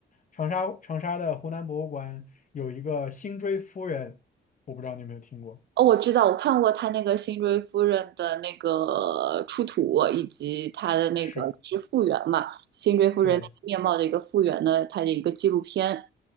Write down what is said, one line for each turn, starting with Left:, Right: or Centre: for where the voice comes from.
Left: 长沙长沙的湖南博物馆有一个辛追夫人，我不知道你有没有听过？
Right: 哦，我知道，我看过他那个辛追夫人的那个出土，以及他的那个是复原嘛，
Left: 是，
Right: 辛追夫人那个面貌的一个复原的，
Left: 对。
Right: 他的一个纪录片。